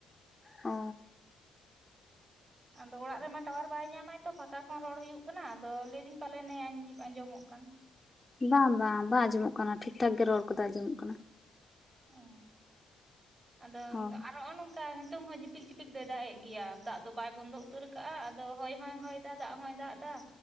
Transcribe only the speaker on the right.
ᱟᱫᱚ ᱚᱲᱟᱜ ᱨᱮᱢᱟ ᱴᱟᱣᱟᱨ ᱵᱟᱭ ᱧᱟᱢᱟᱭ ᱛᱚ ᱯᱷᱟᱸᱠᱟ ᱠᱷᱚᱱ ᱨᱚᱲ ᱦᱩᱭᱩᱜ ᱠᱟᱱᱟ ᱟᱫᱚ ᱞᱟᱹᱭ ᱮᱫᱟᱹᱧ ᱯᱟᱞᱮᱱᱮ ᱟᱸᱡᱚᱢᱚᱜ ᱠᱟᱱ
ᱚ ᱟᱫᱚ
ᱟᱨ ᱱᱚᱜ-ᱱᱚᱠ ᱚᱱᱠᱟ ᱱᱤᱛᱚᱝ ᱦᱚᱸ ᱡᱤᱯᱤᱠ ᱡᱤᱯᱤᱠ ᱫᱚᱭ ᱫᱟᱜ ᱮᱫ ᱜᱮᱭᱟ, ᱫᱟᱜ ᱫᱚ ᱵᱟᱭ ᱵᱚᱱᱫᱚ ᱩᱛᱟᱹᱨ ᱟᱠᱟᱜᱼᱟ ᱟᱫᱚ ᱦᱚᱭ ᱦᱚᱸᱭ ᱦᱚᱭ ᱮᱫᱟ ᱫᱟᱜ ᱦᱚᱸᱭ ᱫᱟᱜ ᱮᱫᱟ